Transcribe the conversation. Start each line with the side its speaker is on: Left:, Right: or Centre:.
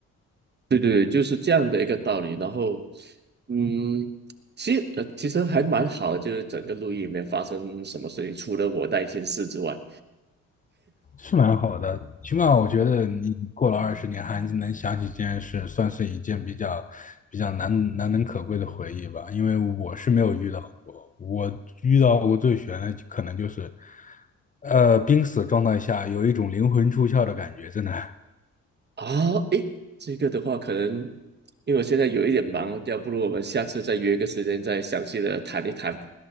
Right: 对对对就是这样的一个道理。然后，嗯，其实呃其实还蛮好的就是整个录音里面发生什么事情，除了我那一件事之外。
Left: 是蛮好的，起码我觉得你过了二十年还能想起这件事，算是一件比较比较难难能可贵的回忆吧。因为我是没有遇到过，我遇到过最悬的可能就是，呃，濒死状态下有一种灵魂出窍的感觉，真的。
Right: 啊，诶，这个的话，可能因为我现在有一点忙，要不如我们下次再约个时间再详细的谈一谈。